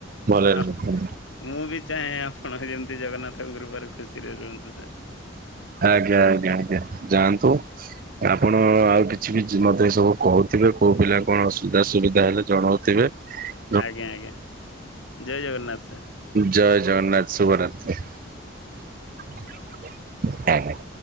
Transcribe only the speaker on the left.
ଆ
ମୁଁ ବି ଚାହେଁ ଆପଣ ଯେମିତି ଜଗନ୍ନାଥଙ୍କ କୃପାରୁ ଖୁସିରେ ରୁହନ୍ତୁ ସାର୍।
ଆଜ୍ଞା ଆଜ୍ଞା। ଜୟ ଜଗନ୍ନାଥ ସାର୍।